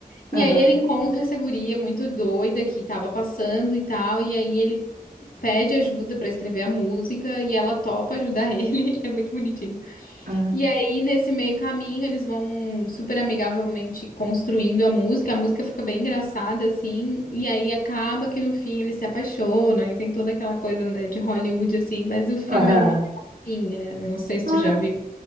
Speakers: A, on the left; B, on the right.
A: E
B: Aham.
A: aí ele encontra essa guria muito doida que tava passando e tal, e aí ele pede ajuda pra escrever a música e ela topa ajudar ele. <laughs> É muito bonitinho.
B: Aham.
A: E aí, nesse meio caminho, eles vão super amigavelmente construindo a música. A música fica bem engraçada, assim. E aí acaba que no fim ele se apaixona e tem toda aquela coisa, né, de Hollywood, assim. Mas o filme
B: Aham.
A: é uma gracinha. Eu Não sei se
B: Ah,
A: tu já viu.